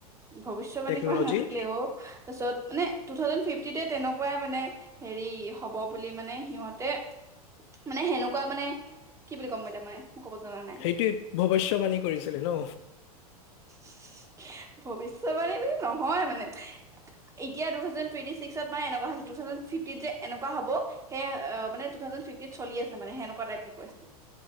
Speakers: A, on the right; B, on the left.
A: ভৱিষ্যবাণী
B: টেকন'লজিৰ
A: কৰা নাছিলে অ তাৰপিছত মানে তু থাউজেণ্ড ফিফটিতে তেনেকুৱাই মানে হেৰি হব বুলি মানে সিহঁতে মানে সেনেকুৱা মানে কি বুলি ক'ম এতিয়া। মই ক'ব জনা নাই
B: সেইটোৱে ভৱিষ্যতবাণী কৰিছিলে ন।
A: <inaudible> ভৱিষ্যবানী নহয় মানে এতিয়া টু থাউজেণ্ড টুৱেন্টি ছিক্সত মানে এনেকুৱা হৈছে। টু থাউজেণ্ড ফিফটিত যে এনেকুৱা হব সেয়েহে মানে টু থাউজেণ্ড ফিফটিত চলি আছে মানে হেনেকুৱা টাইপ দেখাইছে।